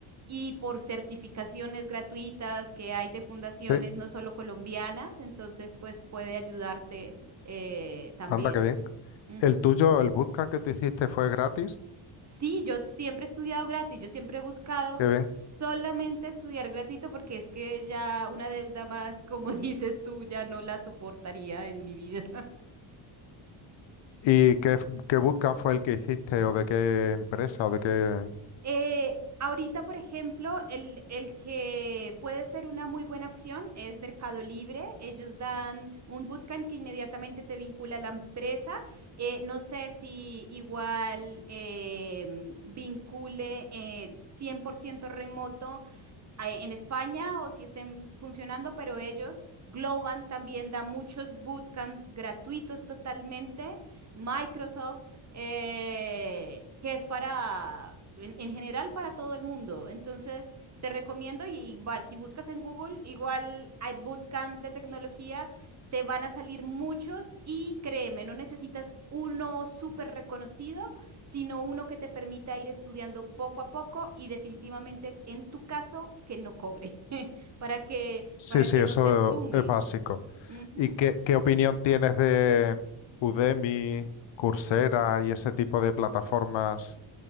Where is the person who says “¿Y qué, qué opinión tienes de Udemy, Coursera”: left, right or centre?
Left